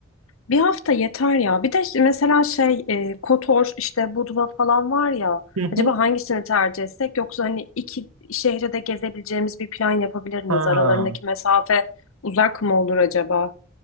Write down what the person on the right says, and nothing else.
Hı
hı.
Ha.